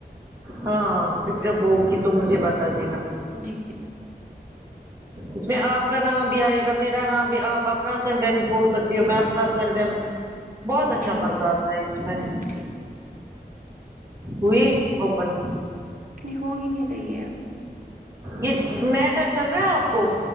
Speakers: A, on the right; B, on the right.
A: ہاں پھر جب ہوگی تو مجھے بتا دینا
B: جی جی
A: اس میں آپ کا نام بھی آئے گا میرا نام بھی آپ اپنا سینٹینس بول سکتی ہو میں اپنا سینٹینس بہت اچھا
B: ٹھیک
A: مزہ آتا ہے اس میں
B: ہوں ٹھیک ہے
A: ہوئی <unintelligible>
B: نہیں ہو ہی نہیں رہی ہے
A: یہ میٹا چل رہا ہے آپ کو